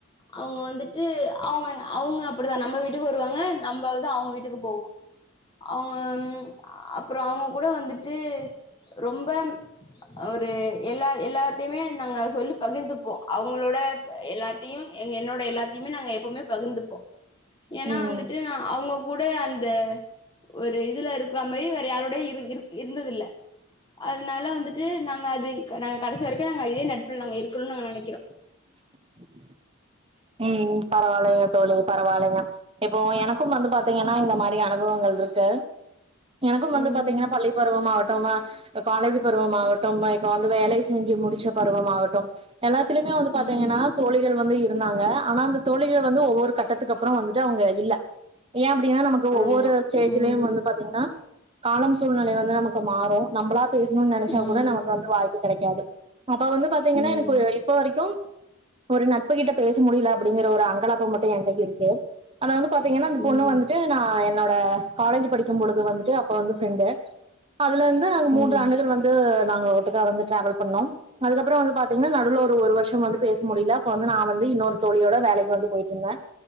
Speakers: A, on the left; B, on the right.
A: அவுங்க வந்துட்டு அவுங்க அவுங்க அப்டிதா நம்ம வீட்டுக்கு வருவாங்க நம்ப வந்து அவுங்க வீட்டுக்கு போவோ அவுங்க அப்றோ அவுங்க கூட வந்துட்டு ரொம்ப ஒரு எல்லா எல்லாத்தையுமே நாங்க சொல்லு பகிர்ந்துப்போ அவுங்களோட எல்லாத்தையு எங்க என்னோட எல்லாத்தையுமே நாங்க எப்பவுமே பகிர்ந்துப்போ ஏன்னா
B: ம்
A: வந்துட்டு நா அவுங்க கூட அந்த ஒரு இதுல இருக்கிற மாரி வேற யாரோடையு இரு இருக் இருந்ததில்ல அதனால வந்துட்டு நாங்க அது நாங்க கடைசி வரைக்கு நாங்க இதே நட்புல நாங்க இருக்கணும்னு நாங்க நெனைக்கிறோ
B: <inaudible> ம் பரவால்லைய தோழி பரவாயில்லைங்க இப்போ எனக்கும் வந்து பாத்தீங்கன்னா இந்த மாரி அனுபவங்கள் இருக்கு எனக்கும் வந்து
A: ம்
B: பாத்தீங்கன்னா பள்ளிப்பருவமாகாட்டுமா காலேஜ் பருவம் ஆகட்டும் இப்ப வந்து வேலை செஞ்சு முடிச்ச பருவம்மாகட்டும் எல்லாத்தலயுமே வந்து பாத்தீங்கன்னா
A: ம்
B: தோழிகள் வந்து இருந்தாங்க ஆனா அந்த தோழிகள் வந்து ஒவ்வொரு கட்டத்துக்கு அப்றோ வந்துட்டு அவுங்க இல்ல ஏ அப் த்தீங்கன்னா நமக்கு ஒவ்வொரு
A: ஆமா
B: ஸ்டேஜலயு
A: ம்
B: வந்து பாத்தீங்கன்னா காலம் சூழ்நிலை வந்து நமக்கு மாறு நம்பளா பேசணுனு நெனைச்சா
A: ம்
B: கூட நமக்கு வந்து வாய்ப்பு கெடைக்காது அப்ப வந்து பாத்தீங்கன்னா
A: ம்
B: எனக்கு இப்ப வரைக்கும் ஒரு நட்புகிட்ட பேச முடியல அப்டிங்கிற ஒரு அங்களாப்பு மட்டு என்கிட்ட இருக்கு அதனால பாத்தீங்கன்னா அந்த பொண்ணு
A: ம்
B: வந்துட்டு நா என்னோட காலேஜ் படிக்கும் பொழுது வந்துட்டு அப்ப வந்து ஃப்ரெண்டு அதுல இருந்து அங்க
A: ம்
B: மூன்று ஆண்டுகள் வந்து நாங்க ஒட் ட்டுகா வந்து டிராவல் பண்ணோம் அதுக்கப்றோ வந்து பாத்தீங்கன்னா நடுவுல ஒரு ஒரு வருஷம் வந்து பேச முடியல இப்ப வந்து நா வந்து இன்னொரு தோழியோட வேலைக்கு வந்து போயிட்டு இருந்தே